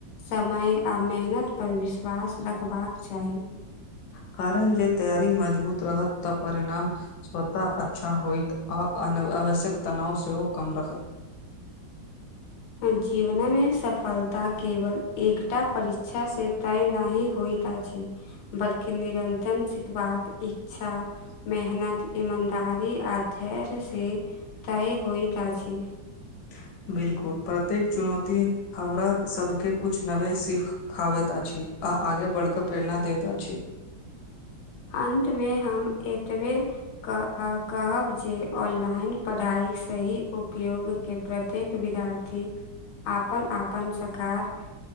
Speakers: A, on the left; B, on the left.
A: समय आ मेहनत पर विश्वास रखबाक चाही
B: कारण जे तैयारी मजबूत रहत तऽ परिणाम स्वतः अ छा होइत आ अनआवश्यक तनाव सेहो कम रहत
A: जीवनमे सफलता केवल एकटा परीक्षा से तय नहि होइ त अछि बल्कि निरंतण सितबाक इच्छा मेहनत ईमन कारी आ धैर्य से तय होइत अछि
B: <inaudible> बिल्कुल प्रत्येक चुनौती हमरा सबके कुछ नवे सिखावत अछि आ आगे बढ़ कऽ प्रेरणा दैत अछि
A: अन्तमे हम एतबे कह कहब जे ऑनलाइन पढ़ाइ सही उपयोग के प्रत्येक विदार्थी आपन आपन सकार